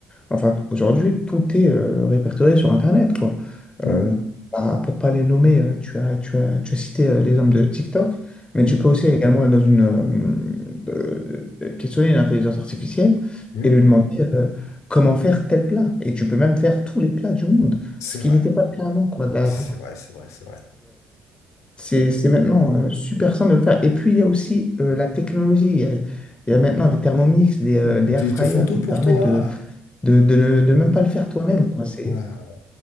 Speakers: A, on the left; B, on the left.
A: enfin, aujourd'hui, tout est euh, répertorié sur Internet, quoi.
B: Mm.
A: Euh, bah, pour pas les nommer, euh, tu as, tu as, tu as cité euh, les hommes de TikTok, mais
B: Oui,
A: tu peux aussi également être dans une, euh, euh, questionner une intelligence artificielle
B: oui,
A: et lui demander euh, comment faire tel plat. Et tu peux même faire tous les plats du monde,
B: c'est
A: ce qui
B: vrai.
A: n'était pas le cas avant, quoi. Là,
B: C'est vrai, c'est vrai, c'est vrai.
A: c'est c'est maintenant euh, super simple de le faire. Et puis, il y a aussi euh, la technologie. Il y a, il y a maintenant des Thermomix, des, euh,
B: Et Ils
A: des
B: te,
A: air
B: ils
A: fryers
B: te font tout
A: qui
B: pour
A: te permettent
B: toi.
A: de, de, de, ne- de même pas le faire toi-même, quoi. C'est,
B: Ouais, ouais.